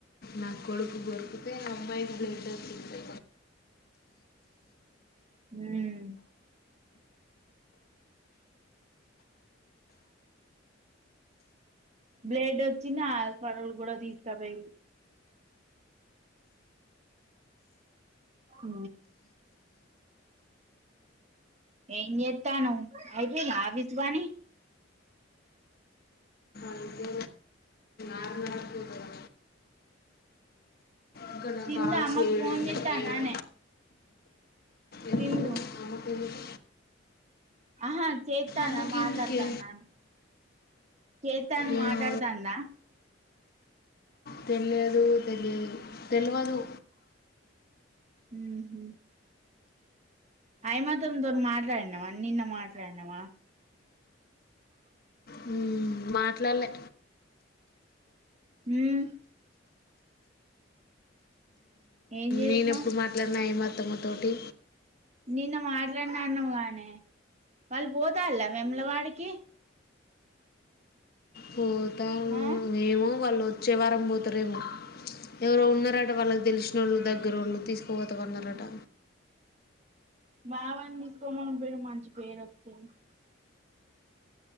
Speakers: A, on the left (about 55°); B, on the right (about 35°).
A: నా కొడుకు దొరికితే అమ్మాాయికి బ్ైట్ తింటే
B: హమ్ బ్లేడ్ వచ్చినా సరలు కూడా తీస్తా పో అ ఏం చెత్తాను అయిపిందా ఆఫీస్ పని
A: అయితే ఆరున్నర పోతుందా ఇంకా నా
B: చిన్నామ్కు
A: కాల్స్ ఏడు
B: ఫోన్
A: ఉన్నాయి.
B: చేతా
A: ఏడు
B: ననేే
A: ఎందుకు
B: ఇను
A: అమ్మకి ఎందుకు
B: ఆహా చేతానా
A: అమ్మకి
B: మాట్లాడతానా
A: ఎందుకే
B: చేతాన్
A: ఏమో
B: మాట్లాడతా అందా
A: తినలేదు తెలియదు తెలవదు
B: ఉమ్ హమ్ అయ మా త దోర మాట్లాడినవా నిన్న మాట్లాడినవా
A: మ్మ్. మాట్లాడలే
B: హమ్ ఏం చేసినావ్
A: నేన ఎప్పుడు మాట్లాడిన యి మా మొత్తొమ తటి
B: నిన్న మాట్లాడినన్నా కాగాని వాళ్ళు పోతల వెములవాడికి
A: పోతన్
B: ఆ
A: ఏమో వాళ్ళు వచ్చే వారం పోతారేమో ఎవరో ఉన్నారట వాళ్ళకి తెలిసిన వాళ్ళు దగ్గర వాళ్ళు తీసుకుపోతాన్నారట
B: బాబని తీసుకోమంట మంచి పేరు వస్తాంది